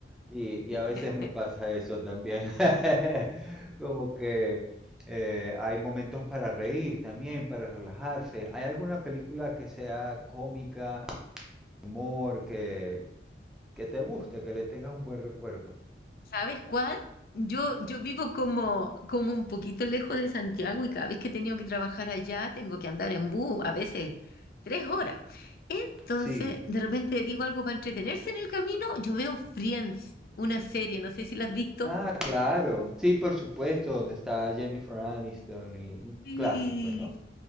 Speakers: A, in the centre; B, on the left.
A: Y, y
B: <laughs>
A: a veces me pasa eso también. <laughs> Como que eh, hay momentos para reír también, para relajarse. ¿Hay alguna película que sea cómica, humor, que, que te guste, que le tengas un buen recuerdo?
B: ¿Sabes cuál? Yo, yo vivo como, como un poquito lejos de Santiago y cada vez que he tenido que trabajar allá tengo que andar en bus, a veces tres horas. Entonces,
A: Sí.
B: de repente digo algo para entretenerse en el camino, yo veo Friends, una serie, no sé si la has visto.
A: Ah, claro. Sí, por supuesto, donde está Jennifer Aniston y un
B: Sí.
A: clásico, ¿no?